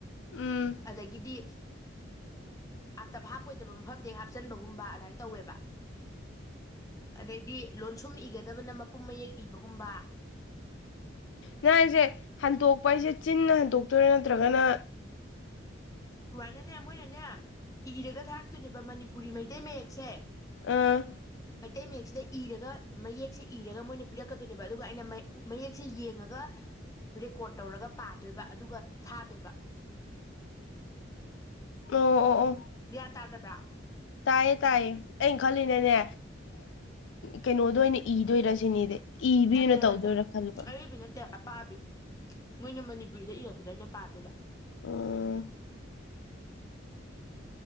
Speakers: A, on the left (about 70°); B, on the left (about 15°).
A: ꯎꯝ
B: ꯑꯗꯒꯤꯗꯤ ꯑꯇꯞ ꯍꯥꯞꯄꯣꯏꯗꯕ ꯃꯐꯝꯗꯒꯤ ꯍꯥꯞꯆꯟꯕꯒꯨꯝꯕ ꯑꯗꯨꯃꯥꯏ ꯇꯧꯋꯦꯕ ꯑꯗꯩꯗꯤ ꯂꯣꯟꯁꯨꯝ ꯏꯒꯗꯕꯅ ꯃꯄꯨꯝ ꯃꯌꯦꯛ ꯏꯕꯒꯨꯝꯕ
A: ꯅ ꯑꯩꯁꯦ ꯍꯟꯇꯣꯛꯄ ꯑꯩꯁꯦ ꯆꯤꯟꯅ ꯍꯟꯇꯣꯛꯇꯣꯏꯔꯦ ꯅꯠꯇ꯭ꯔꯒꯅ
B: ꯆ ꯋꯥ ꯅꯅꯦ ꯃꯣꯏ ꯅꯅꯦ ꯏꯔꯒ ꯊꯥꯔꯛꯇꯣꯏꯅꯦꯕ ꯃꯅꯤꯄꯨꯔꯤ ꯃꯩꯇꯩ ꯃꯌꯦꯛꯁꯦ
A: ꯑꯥ
B: ꯃꯩꯇꯩ ꯃꯌꯦꯛꯁꯤꯗ ꯏꯔꯒ ꯃꯌꯦꯛꯁꯦ ꯏꯔꯒ ꯃꯣꯏꯅ ꯄꯤꯔꯛꯀꯗꯣꯏꯅꯦꯕ ꯑꯗꯨꯒ ꯑꯩꯅ ꯃ ꯃꯌꯦꯛꯁꯦ ꯌꯦꯡꯉꯒ ꯔꯦꯀꯣꯔꯠ ꯇꯧꯔꯒ ꯄꯥꯗꯣꯏꯕ ꯑꯗꯨꯒ ꯊꯥꯗꯣꯏꯕ
A: ꯎꯝ ꯑꯣ ꯑꯣ
B: ꯒ꯭ꯌꯥꯟ ꯇꯥꯗꯕ꯭ꯔꯥ
A: ꯇꯥꯏꯌꯦ ꯇꯥꯏꯌꯦ ꯑꯩꯅ ꯈꯜꯂꯤꯅꯅꯦ ꯀꯩꯅꯣꯗ ꯑꯣꯏꯅ ꯏꯗꯣꯏꯔꯁꯤꯅꯦꯗꯤ ꯏꯕꯤꯅ
B: ꯅꯠꯇꯦ ꯅꯠꯇꯦ
A: ꯇꯧꯗꯣꯏꯔꯥ ꯈꯜꯕ
B: ꯑꯔꯤꯕꯤ ꯅꯠꯇꯦ ꯑꯄꯥꯕꯤ ꯃꯣꯏꯅ ꯃꯅꯤꯄꯨꯔꯤꯗ ꯏꯔꯛꯄꯗ ꯑꯩꯅ ꯄꯥꯗꯣꯏꯕ
A: ꯎꯝ